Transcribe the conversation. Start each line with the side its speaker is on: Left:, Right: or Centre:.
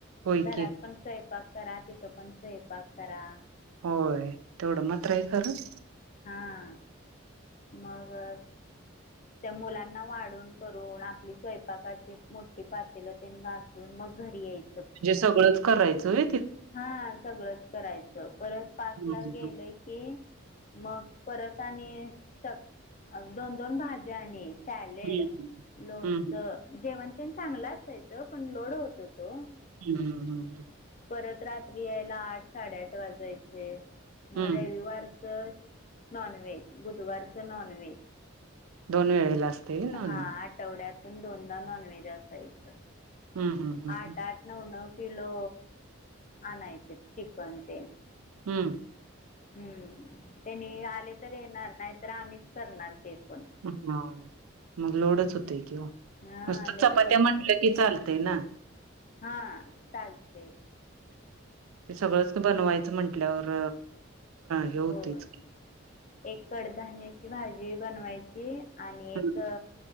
Right: होय
Left: घरात
Right: की
Left: पण स्वयं स्वयंपाक करा तिथं पण स्वयंपाक करा.
Right: होय तेवढं मात्र हाय
Left: हम्म.
Right: खरं.
Left: हां मग <unintelligible> त्या मुलांना वाढून करून आपली स्वयंपाकाची मोठी पातेलं तेन घाासून मग घरी यायचं
Right: म्हणजे सगळंच करायचं होय?
Left: हा सगळंच करायचं, परत पाचला
Right: हं हं
Left: गेलंय की मग परत आणि सक दोन दोन भाज्या आणि सॅलेड,
Right: हं
Left: लोणचं,
Right: हं
Left: जेवण तेण चांगलं असायचं, पण लोड होतो तो
Right: हम् हम्म हम्
Left: परत रात्री यायला आठ साडेआठ वाजायचे, मग
Right: हं.
Left: रविवार
Right: हं.
Left: तर नॉनव्हेज बुधवारच नॉनव्हेज,
Right: दोन वेळेला असतंय व्हय नॉनव्हेज
Left: हा आठवड्यात दोनदा नॉनव्हेज असायचं.
Right: हं हं हं
Left: आठ
Right: हं
Left: आठ नऊ नऊ किलो आणायचे चिकन ते.
Right: हम्म
Left: हम्म त्यांनी आले तर येणार, नाहीतर आम्हीच करणार ते. पण
Right: हा मग लोडच होते की हो नुसत
Left: हां लई
Right: चपात्या म्हंटलं की चालते ना
Left: हा चालतें
Right: ते सगळंच बनवायचं म्हंटल्यावर हे होतेच
Left: होय
Right: की
Left: एक कडधान्याची भाजी बनवायची आणि
Right: हम्म
Left: एक